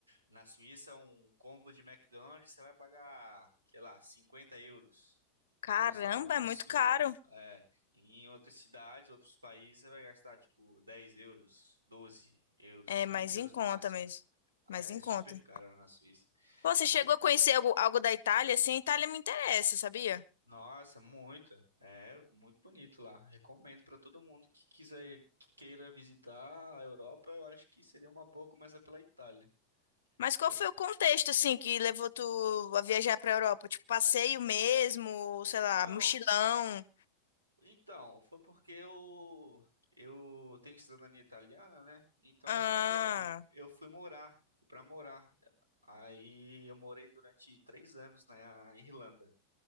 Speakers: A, on the right; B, on the left.
A: na Suíça, um combo de McDonald's você vai pagar, sei lá, 50 euros.
B: caramba,
A: Olha só, absurdo.
B: é muito caro.
A: É, e em outras cidades, outros países, você vai gastar tipo 10 euros, 12 euros,
B: É
A: 15
B: mais
A: euros
B: em conta
A: no máximo.
B: mesmo.
A: Ah,
B: Mais
A: É
B: em
A: super
B: conta.
A: caro na Suíça.
B: Pô, você chegou
A: Aí
B: a conhecer algo, algo da Itália? Assim, a Itália me interessa, sabia?
A: Nossa, muito. É muito bonito lá. Recomendo para todo mundo que quiser, que queira visitar a Europa. Eu acho que seria uma boa começar pela Itália.
B: Mas qual
A: Eu
B: foi
A: f-
B: o contexto, assim, que levou tu a viajar pra Europa? Tipo, passeio mesmo, sei
A: não,
B: lá, mochilão?
A: então foi porque eu eu tenho cidadania italiana, né? Então
B: Ah.
A: eu fui mo- eu, eu fui morar, fui para morar. Aí eu morei durante três anos na Irlanda.